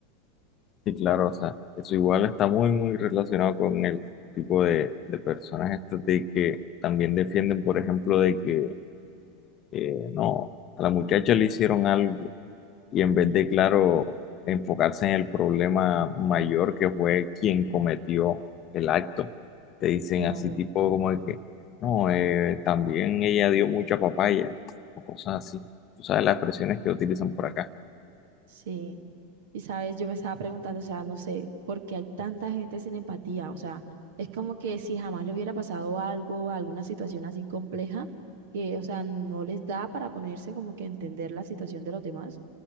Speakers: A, on the left; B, on the right.
A: Sí, claro, o sea, eso igual está muy, muy relacionado con el tipo de, de personas estas de que también defienden, por ejemplo, de que eh, no, a la muchacha le hicieron algo y en vez de, claro, enfocarse en el problema mayor que fue quien cometió el acto, te dicen
B: Claro,
A: así tipo como de que, no, eh, también ella dio mucha papaya o cosas así. Tú sabes las expresiones que utilizan por acá.
B: sí. Y sabes, yo me estaba preguntando, o sea, no sé, ¿por qué hay tanta gente sin empatía? O sea, es como que si jamás le hubiera pasado algo, alguna situación así compleja, que, o sea, no les da para ponerse como que a entender la situación de los demás.